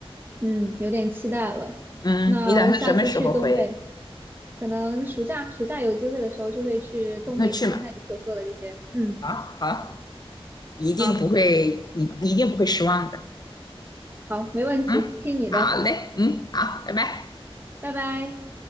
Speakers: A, on the right; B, on the left.
A: 嗯有点期待了。
B: 嗯，
A: 那我下次去东北，
B: 你打算什么时候回？
A: 可能暑假暑假有机会的时候就会去东北尝一下你所说的这些。
B: 那去嘛。
A: 嗯，
B: 啊，好，一定不会，
A: 好，
B: 你你一定不会失望的。
A: 好，没问题，
B: 嗯，
A: 听你的，
B: 好嘞，嗯，好，拜拜。
A: 拜拜。